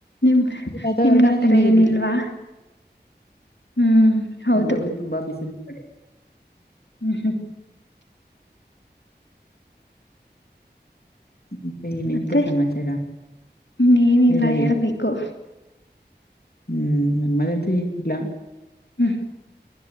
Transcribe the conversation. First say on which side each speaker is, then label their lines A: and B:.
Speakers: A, on the left; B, on the left.
A: ನಿಮ್
B: ವಾತಾವರಣ
A: ನಿಮ್ಗ ಆತರ
B: ಹಂಗಿದೆ
A: ಏನಿಲ್ವಾ
B: ಬಿಡಿ
A: ಹ್ಮ್ ಹೌದು
B: ನಮಗೆ ತುಂಬಾ ಬಿಸಿಲು. ಅದ.
A: ಹ್ಮ್ ಹ್ಮ್.
B: ಮತ್ತೆ ಇನ್ನೆಂತ
A: ಮತ್ತೆ
B: ಸಮಾಚಾರ
A: ಹ್ಮ ಏನಿಲ್ಲ
B: ಹೇಳಬೇಕು
A: ಹೇಳ್ಬೇಕು.
B: ಹ್ಮ್ ಮತ್ತ. <unintelligible> ಇಲ್ಲ.
A: ಹ್ಮ.